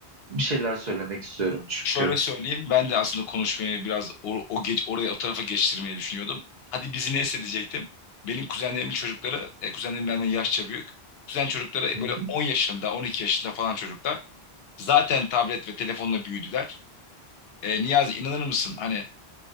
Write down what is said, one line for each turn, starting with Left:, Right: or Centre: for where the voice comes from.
Right: bir şeyler söylemek istiyorum çünkü.
Left: Şöyle söyleyeyim, ben de aslında konuşmayı biraz o, o geç oraya o tarafa geçtirmeyi düşünüyordum. Hadi bizi neyse diyecektim. Benim kuzenlerimin çocukları, e, kuzenlerim benden yaşça büyük. Kuzen çocukları
Right: Hı
Left: böyle
Right: hı.
Left: 10 yaşında, 12 yaşında falan çocuklar. Zaten tablet ve telefonla büyüdüler. E, Niyazi inanır mısın? Hani